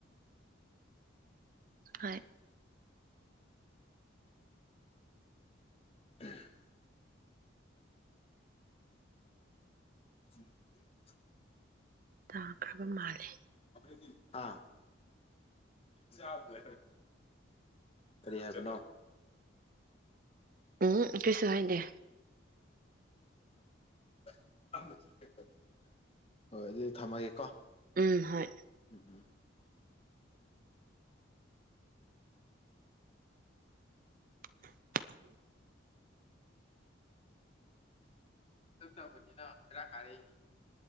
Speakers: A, on the right; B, on the left.
A: ꯍꯣꯏ
B: <unintelligible> <unintelligible>
A: ꯇꯥꯈꯔꯕ ꯃꯥꯜꯂꯦ
B: ꯑꯈꯣꯏꯗꯤ ꯄꯥ ꯆꯥꯗ꯭ꯔꯦꯗ ꯀꯔꯤ ꯍꯥꯏꯕꯅꯣ
A: ꯎꯝ ꯀꯩꯁꯨ ꯍꯥꯏꯗꯦ
B: ꯑꯣ <unintelligible> ꯍꯣꯏ ꯑꯗꯨꯗꯤ ꯊꯝꯃꯒꯦꯀꯣ
A: ꯎꯝ ꯍꯣꯏ
B: ꯎꯝ ꯎꯝ
A: <inaudible>
B: ꯏꯆꯝ ꯆꯝꯕꯅꯤꯅ ꯕꯦꯔꯥ ꯀꯔꯥꯛꯏꯅꯤ ꯫